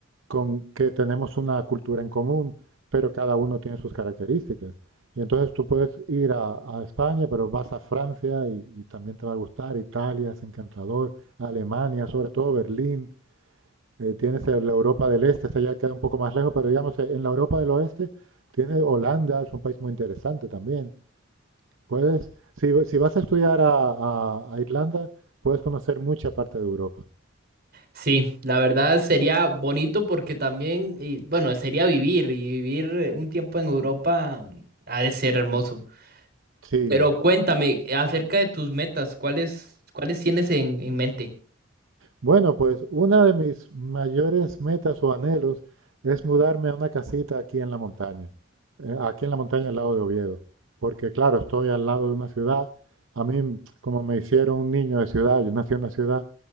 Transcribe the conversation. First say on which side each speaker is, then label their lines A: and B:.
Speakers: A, on the right (about 80°); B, on the right (about 50°).
A: con que tenemos una cultura en común, pero cada uno tiene sus características. Y entonces tú puedes ir a, a España, pero vas a Francia y, y también te va a gustar. Italia es encantador, Alemania, sobre todo Berlín. Eh, tienes eh, la Europa del Este, esa ya queda un poco más lejos, pero digamos, eh, en la Europa del Oeste tienes Holanda, es un país muy interesante también. Puedes, si, si vas a estudiar a, a- a Irlanda, puedes conocer mucha parte de Europa.
B: Sí, la verdad sería bonito porque también, y, bueno, sería vivir y vivir eh, un tiempo en Europa ha de ser hermoso.
A: Sí.
B: Pero cuéntame eh, acerca de tus metas, ¿cuáles, cuáles tienes en, en mente?
A: Bueno, pues una de mis mayores metas o anhelos es mudarme a una casita aquí en la montaña, eh, aquí en la montaña al lado de Oviedo, porque claro, estoy al lado de una ciudad. A mí, como me hicieron un niño de ciudad, yo nací en una ciudad,